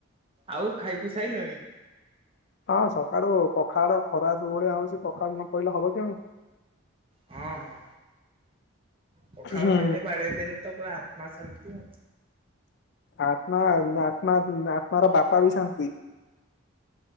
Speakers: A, on the right; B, on the left.
A: ଆଉ ଖାଇ ପି ସାଇଲେଣି?
B: ହଁ ସକାଳୁ ପଖାଳ ଖରା ଯୋଉ ଭଳିଆ ହଉଛି ପଖାଳ ନ ପଇଲେ ହବ କେମିତି।
A: ହଁ ହଁ ପଖାଳ
B: ହୁଁ
A: ବେଲେ ବାଡେଇ ଦେଲେ ତ ପୁରା ଆତ୍ମା ଶାନ୍ତି।
B: ଆତ୍ମା ନା ଆତ୍ମା ନା ଆତ୍ମ ର ବାପା ବି ଶାନ୍ତି।